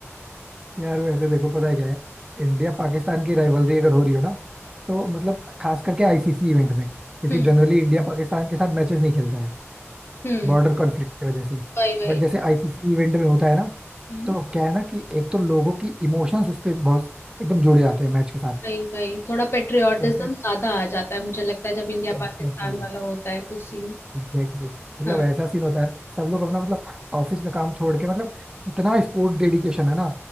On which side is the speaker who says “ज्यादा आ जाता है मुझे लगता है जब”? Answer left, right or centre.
Left